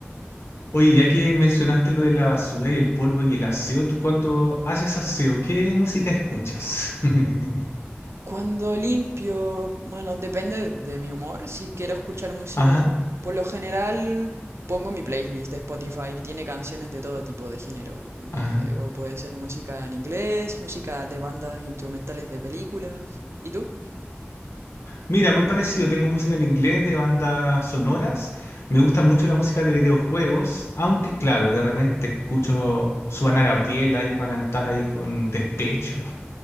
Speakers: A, on the left; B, on the right.
A: Oye, ya que mencionaste lo de la basura y el polvo y el aseo, tú cuando haces aseo, ¿qué música escuchas? <laughs>
B: Cuando limpio, bueno, depende de mi humor, si quiero escuchar música
A: Ajá,
B: o no. Por lo general pongo mi playlist de Spotify que tiene canciones de todo tipo de género, como
A: ajá.
B: te digo, puede ser música en inglés, música de bandas instrumentales de películas. ¿Y tú?
A: Mira, muy parecido. Tengo música en inglés de bandas sonoras. Me gusta mucho la música de videojuegos, aunque claro, de repente escucho su Ana Gabriel ahí para cantar ahí con despecho,